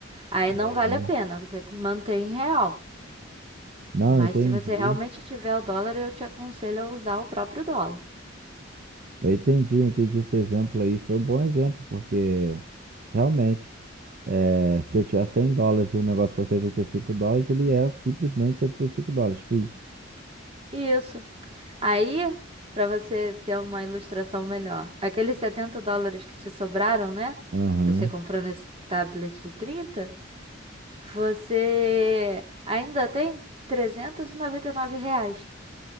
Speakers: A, on the right; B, on the right.
A: Aí não
B: É.
A: vale a pena, você mantém em real.
B: Não,
A: Mas
B: entendi.
A: se você realmente tiver o dólar, eu te aconselho a usar o próprio dólar.
B: Eu entendi, eu entendi esse exemplo aí. Foi um bom exemplo, porque realmente, é, se eu tiver 100 dólares e o negócio for 75 dólares, ele é simplesmente 75 dólares, fim.
A: Isso. Aí, para você ter uma ilustração melhor, aqueles 70 dólares que te sobraram, né?
B: Aham.
A: Você comprou nesse tablet de 30. Você ainda tem trezentos e e noventa e nove reais